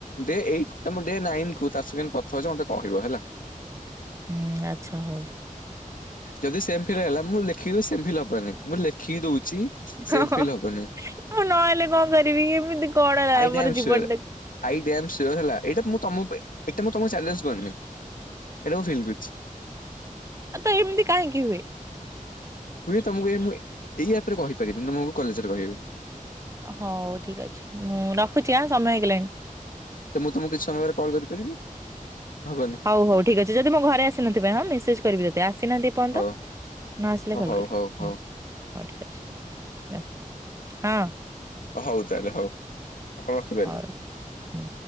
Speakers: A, on the left; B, on the right.
A: ଡେ ଏଇଟ ତମେ ଡେ ନାଇନ୍ କୁ ତା ସଙ୍ଗେ କିନ କଥା ହଉଛ ମତେ କହିବ ହେଲା।
B: ହୁଁ ଆଚ୍ଛା ହଉ।
A: ଯଦି ସେମ ଫିଲ୍ ହେଲା ମୁଁ ଲେଖିକି ସେମ ଫିଲ୍ ହବନି, ମୁଁ ଲେଖିକି ଦଉଛି। ସେମ୍
B: ହଁ,
A: ଫିଲ୍ ହବନି।
B: ଆଉ ନହେଲେ କଣ କରିବି ଏମିତି କଣ ହେଲା
A: ଆଇ
B: ଆମର
A: ଡ୍ୟାମ୍
B: ଜୀବନ
A: ସିଓର
B: ଟାକୁ।
A: ଆଇ ଡ୍ୟାମ୍ ସିଓର ହେଲା ଏଇଟା ମୁଁ ତମ ପାଇଁ ଏଟା ମୁଁ ତମକୁ ଚଲେଞ୍ଜ କରିନି। ଏଟା ମୁଁ ଫିଲ୍ କରିଛି।
B: ତ ଏମିତି କାହିଁକି ହୁଏ?
A: ହୁଏ ତମକୁ ମୁଁ ଏଇ ଆପରେ କହିପାରିବି ତମକୁ କଲେଜରେ କହିବି।
B: ହଉ ଠିକ ଅଛି ମୁଁ ରଖୁଛି ଆ ସମୟ ହେଇଗଲାଣି।
A: ତ ମୁଁ ତମକୁ କିଛି ସମୟରେ କଲ୍ କରିପାରିବି ହବନି?
B: ହଉ ହଉ ଠିକ ଅଛି ଯଦି ମୋ ଘରେ ଆସିନଥିବେ ହଁ ମେସେଜ କରିବି ଯଦି ଆସିନାହାନ୍ତି ଏପନ୍ତ।
A: ହଉ
B: ନ ଆସିଲେ
A: ହଉ
B: କଲ
A: ହଉ
B: କରିବି
A: ହଉ ହଉ
B: ହୁଁ ହଉ ଠିକ ଅଛି ରଖୁଛି। ହଁ।
A: ହଉ ତାହେଲେ ହଉ ଆପଣ ରଖିପାରିବେ।
B: ହଉ ହୁଁ।